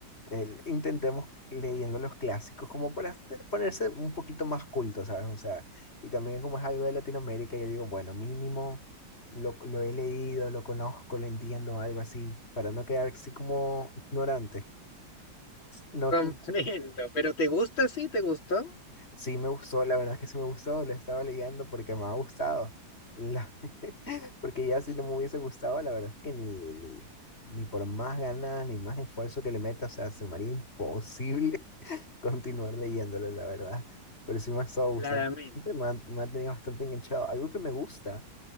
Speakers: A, on the left; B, on the left.
A: el- intentemos leyendo los clásicos como para te- ponerse un poquito más culto, ¿sabes? O sea, y también como es algo de Latinoamérica, yo digo, bueno, mínimo lo, lo he leído, lo conozco, lo entiendo, algo así, para no quedar así como ignorante, no
B: <laughs> Comprendo,
A: no
B: pero ¿te gusta? Sí, ¿te gustó?
A: Sí me gustó, la verdad es que sí me gustó, le estaba leyendo porque me ha gustado. La- <laughs> Porque ya si no me hubiese gustado, la verdad es que ni, ni, ni por más ganas, ni más esfuerzo que le meta, o sea, se me haría imposible <laughs> continuar leyéndolo, la verdad. Pero sí me ha estado gustando
B: Claramente,
A: bastante, me ha, me ha tenido bastante enganchado. Algo que me gusta,